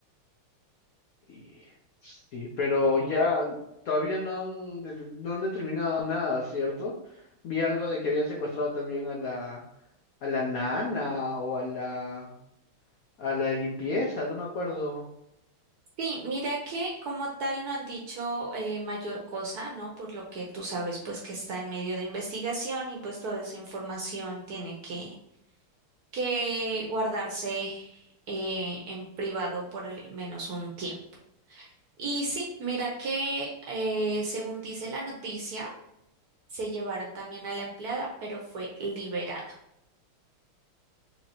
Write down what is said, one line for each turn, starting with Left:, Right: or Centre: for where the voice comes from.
Left: y- sí, pero ya todavía no han, de- no han determinado nada, ¿cierto? Vi algo de que habían secuestrado también a la, a la nana o a la, a la de limpieza, no me acuerdo.
Right: Sí, mira que como tal no han dicho eh, mayor cosa, ¿no? Por lo que tú sabes, pues que está en medio de investigación y pues toda esa información tiene que, que guardarse eh, en privado por al menos un tiempo. Y sí, mira que eh, según dice la noticia, se llevaron también a la empleada, pero fue liberada.